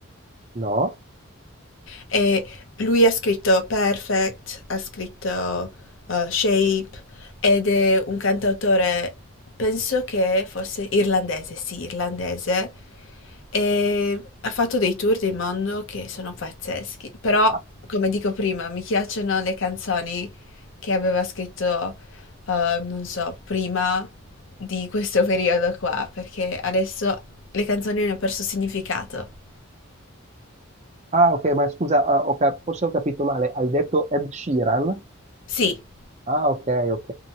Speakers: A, on the right; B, on the left.
A: No?
B: E lui ha scritto Perfect, ha scritto eh, Shape ed è un cantautore, penso che fosse irlandese, sì, irlandese. E ha fatto dei tour del mondo che sono pazzeschi. Però,
A: Ah,
B: come dico prima, mi piacciono le canzoni che aveva scritto, eh, non so, prima di questo periodo qua, perché adesso le canzoni hanno perso significato.
A: ah, ok, ma scusa, ah, ho cap- forse ho capito male, hai detto Ed Sheeran?
B: Sì.
A: Ah, ok, ok.